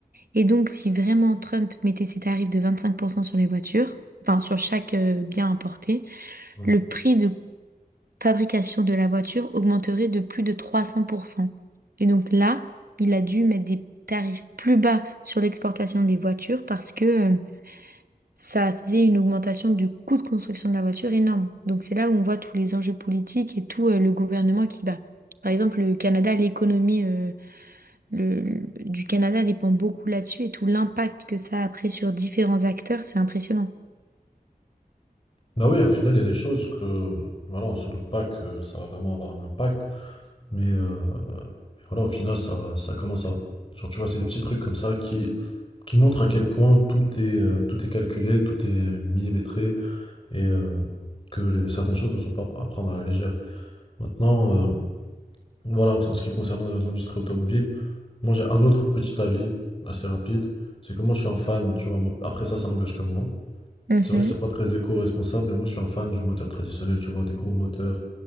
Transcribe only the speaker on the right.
Et donc, si vraiment Trump mettait ses tarifs de 25% sur les voitures, enfin, sur chaque euh, bien importé,
le prix de fabrication de la voiture augmenterait de plus de 300%. Et donc là, il a dû mettre des tarifs plus bas sur l'exportation des voitures parce que euh, ça faisait une augmentation du coût de construction de la voiture énorme. Donc c'est là où on voit tous les enjeux politiques et tout euh, le gouvernement qui bat. Par exemple, le Canada, l'économie euh, le- le- du Canada dépend beaucoup là-dessus et tout l'impact que ça a après sur différents acteurs, c'est impressionnant.
Mhm.